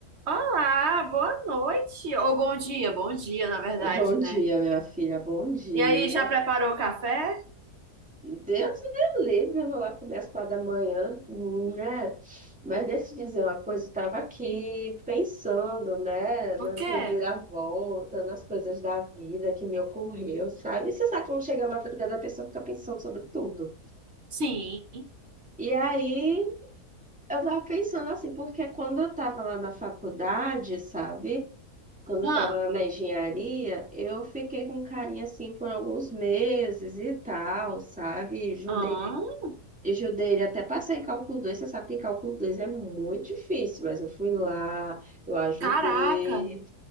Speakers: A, on the right; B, in the centre.
A: Olá, boa noite. Ou bom dia, bom dia, na verdade,
B: Bom dia,
A: né?
B: minha filha, bom dia.
A: E aí, já preparou o café?
B: Deus me dê livre, eu vou lá comer às quatro da manhã, hum, né? Mas deixa eu te dizer uma coisa, eu estava aqui pensando, né, nas
A: O quê?
B: reviravoltas, nas coisas da vida que me ocorreu, sabe? E Você sabe quando chega a madrugada, a pessoa fica pensando sobre tudo.
A: Sim.
B: E aí, eu tava pensando assim, porque quando eu estava lá na faculdade, sabe? quando
A: Hã?
B: eu estava na engenharia, eu fiquei com carinha assim por alguns meses e tal, sabe? Judei,
A: Hã?
B: judei ele até passar em cálculo dois Você sabe que cálculo 2 é muito difícil, mas eu fui lá, eu ajudei.
A: Caraca.